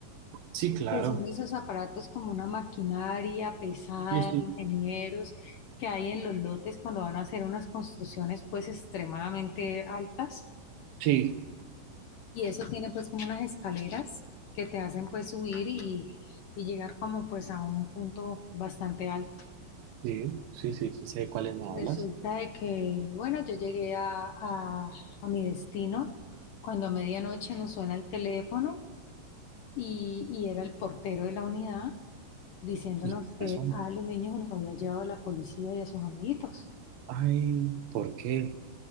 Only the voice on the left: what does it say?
que son esos aparatos como una maquinaria pesada,
de ingenieros que hay en los lotes cuando van a hacer unas construcciones pues extremadamente altas
y eso tiene pues como unas escaleras que te hacen pues subir y, y llegar como pues a un punto bastante alto.
Resulta de que, bueno, yo llegué a, a- a mi destino cuando a medianoche nos suena el teléfono y, y era el portero de la unidad diciéndonos
que
a los niños los había llevado la policía y a sus amiguitos.